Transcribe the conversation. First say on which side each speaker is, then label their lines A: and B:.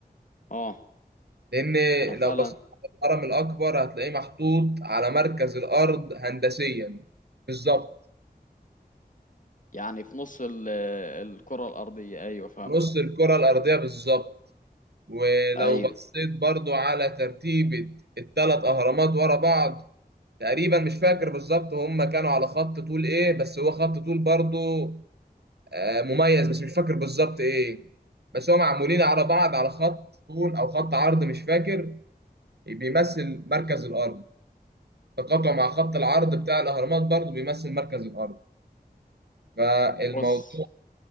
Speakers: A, on the left; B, on the right.
A: اه
B: لأن
A: انا فعلا
B: لو بصيت على الهرم الأكبر هتلاقيه محطوط على مركز الأرض هندسيا بالظبط
A: يعني في نص ال- الكرة الارضية ايوه فاهمك
B: في نص الكرة الأرضية بالظبط ولو
A: ايوه
B: بصيت برضو على ترتيبة الثلاث أهرامات ورا بعض تقريبا مش فاكر بالظبط هم كانوا على خط طول إيه بس هو خط طول برضو آه، مميز بس مش فاكر بالظبط إيه بس هم معمولين على بعض على خط طول أو خط عرض مش فاكر بيمثل مركز الأرض تقاطع مع خط العرض بتاع الأهرامات برضو بيمثل مركز الأرض فالموضوع
A: بص